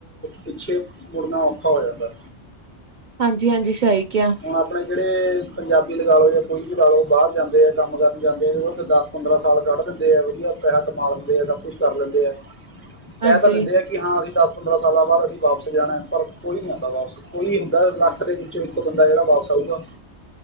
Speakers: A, on the left (about 15°); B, on the right (about 50°).
A: ਪਿੱਛੇ ਮੁੜਨਾ ਔਖਾ ਹੋ ਜਾਂਦਾ।
B: ਹਾਂਜੀ-ਹਾਂਜੀ ਸਹੀ ਕਿਹਾ।
A: ਹੁਣ ਆਪਣੇ ਜਿਹੜੇ ਪੰਜਾਬੀ ਲਗਾ ਲੋ ਜਾਂ ਕੋਈ ਵੀ ਲਾ ਲੋ ਬਾਰ ਜਾਂਦੇ ਆ ਕੰਮ ਕਰਨ ਜਾਂਦੇ ਆ ਉਹ ਤਾਂ ਦੱਸ ਪੰਦਰਾਂ ਸਾਲ ਕੱਢ ਦਿੰਦੇ ਆ ਵਧੀਆ ਪੈਹਾ ਕਮਾ ਲੈਂਦੇ ਆ, ਸਭ ਕੁਛ ਕਰ ਲੈਂਦੇ ਹੈ ਕਹਿ
B: ਹਾਂਜੀ
A: ਤਾ ਦਿੰਦੇ ਆ ਕਿ ਕਿ ਹਾਂ ਅਸੀਂ ਦੱਸ ਪੰਦਰਾਂ ਸਾਲਾਂ ਬਾਦ ਅਸੀਂ ਵਾਪਸ ਜਾਣਾ ਪਰ ਕੋਈ ਨਹੀਂ ਆਉਂਦਾ ਵਾਪਸ ਕੋਈ ਹੁੰਦਾ ਲੱਖ ਦੇ ਵਿੱਚ ਇੱਕ ਬੰਦਾ ਜਿੜਾ ਵਾਪਸ ਆਊਗਾ